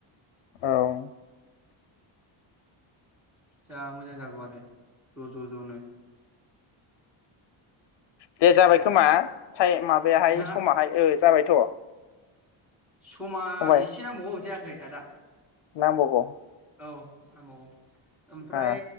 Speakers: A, on the left; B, in the centre.
A: औ
B: जा मोजां जागौ आरो। ज' ज' ज' नो
A: दे जाबाय खोमा। <unintelligible> माबायाहाय
B: नोंहा
A: समाहाय ओ जाबायथ'
B: समा
A: फंबाय
B: एसे नांबावगौ जाया यै आदा
A: नांबावगौ
B: औ <unintelligible> ओमफ्राय
A: ओ